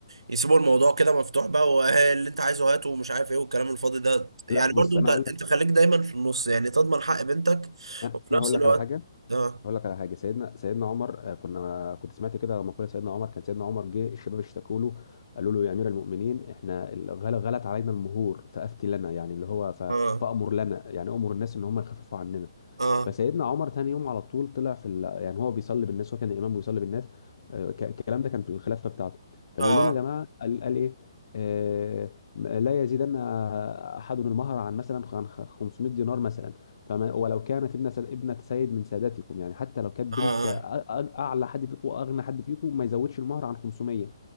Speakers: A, on the right (about 85°); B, on the left (about 60°).
A: يسيبوا الموضوع كده مفتوح بقى واللي انت عايزه هاته ومش عارف ايه والكلام الفاضي ده
B: لا
A: يعني
B: بص
A: برضه
B: انا
A: انت انت
B: هقول لك
A: خليك دايما في النص يعني تضمن حق بنتك
B: انا
A: وفي نفس
B: هقول
A: الوقت
B: لك على حاجه
A: اه
B: اقول لك على حاجه سيدنا سيدنا عمر آه، كنا كنت سمعت كده مقوله سيدنا عمر كان سيدنا عمر جه الشباب اشتكوا له قالوا له يا امير المؤمنين احنا ال- غل- غلت علينا المهور فافتي لنا يعني اللي هو ف-
A: اه
B: فامر لنا يعني امر الناس ان هم يخففوا عننا
A: اه
B: فسيدنا عمر تاني يوم على طول طلع في ال... يعني هو بيصلي بالناس وكان الامام بيصلي بالناس آه، ك- الكلام ده كان في الخلافه بتاعته فبيقول
A: اه
B: لهم يا جماعه قال, قال ايه آه، لا يزيدن احد المهر عن مثلا عن 500 دينار مثلا فما ولو كانت ابنه سيد- ابنه سيد من ساداتكم يعني حتى لو كانت
A: اه
B: بنت أ- أ- اعلى حد فيكم واغنى حد فيكم ما يزودش المهر عن 500